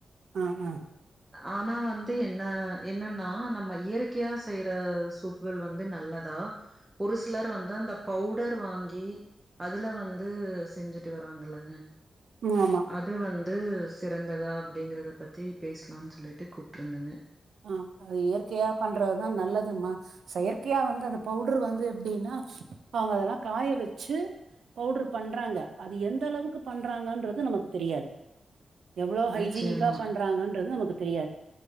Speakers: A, on the right (about 80°); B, on the right (about 15°).
A: ஆ ஆ
B: ஆனா வந்து என்ன என்னன்னா நம்ம இயற் கையா செய்ற சூப்கள் வந்து நல்லதா ஒரு சிலர் வந்து அந்த பவுடர் வாங்கி அதுல வந்து செஞ்சுட்டு வராங்கல்லங்க
A: உ ஆமா
B: அது வந்து சிறந்ததா அப்டீங்கறத பத்தி பேசலான்னு சொல்லிட்டு கூப்ட்ருந்தங்க
A: ஆ அது இயற்கையா பண்றதுதா நல்லதுமா செயற்கையா வந்து அந்த பவுடரு வந்து எப்டீன்னா அவுங்க அதெல்லா காய வெச்சு பவுட்ரு பண்றாங்க அது எந்த அளவுக்கு பண்றாங்கன்றது நமக்கு தெரியாது எவ்வளோ ஹைஜீனிக்காக
B: நிச்சயமா
A: பண்ணுறாங்கன்றது நமக்கு தெரியாது